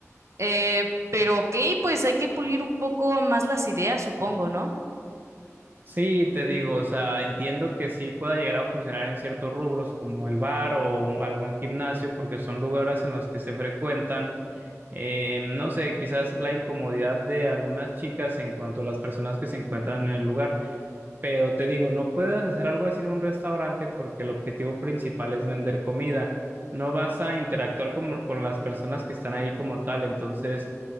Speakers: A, on the right (about 60°); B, on the right (about 40°).
A: Eh, pero ok, pues hay que pulir un poco más las ideas, supongo, ¿no?
B: Sí, te digo, o sea, entiendo que sí pueda llegar a funcionar en ciertos rubros como el bar o algún gimnasio, porque son lugares en los que se frecuentan. Eh, no sé, quizás la incomodidad de algunas chicas en cuanto a las personas que se encuentran en el lugar. Pero te digo, no puedes hacer algo así en un restaurante porque el objetivo principal es vender comida. No vas a interactuar como- con, las personas que están ahí como tal. Entonces,